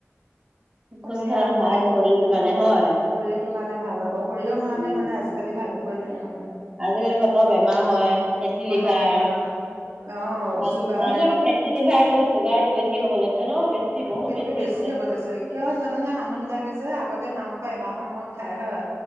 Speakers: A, on the right; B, on the right.
A: খোজ
B: মানে
A: কঢ়াটো
B: এয়া মই
A: ভাল শৰীৰটোৰ কাৰণে
B: অ শৰীৰটো
A: হয়।
B: কাৰণে ভাল আকৌ সৰিয়হণে
A: উম,
B: মানে আজিকালি ভাবি গৈ লে মানে <inaudible>
A: আজিকালি কত বেমাৰ হয় ফেটি লিভাৰ
B: কতৰ বেমাৰ অ'
A: মানু
B: চুগাৰ
A: মানুহ বিলাকৰ ফেটি লিভাৰ চুগাৰ বেছি হ'ব লাগছে ন বেছি বহুত
B: সেইটো বেছি
A: হৈছে।
B: হ'ব লৈছে কিয় জানেনে মানুহ বিলাকে যে আগতে মাংস হয় বা সময়ত খায়। হয়